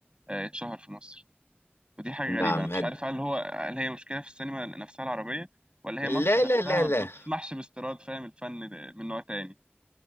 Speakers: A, on the right; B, on the left.
A: آه، اتشهر في مصر ودي حاجة
B: نعم
A: غريبة أنا مش
B: هد...
A: عارف هل هو هل هي مشكلة في السينما نفسها العربية ولا هي
B: لا
A: مصر نفسها
B: لا لا
A: ما
B: لا
A: بتسمحش باستيراد فاهم الفن ده من نوع تاني